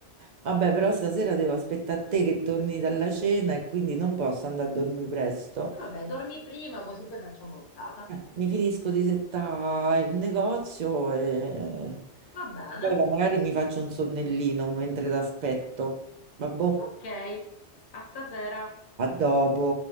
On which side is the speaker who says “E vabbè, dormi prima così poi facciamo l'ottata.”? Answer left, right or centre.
Left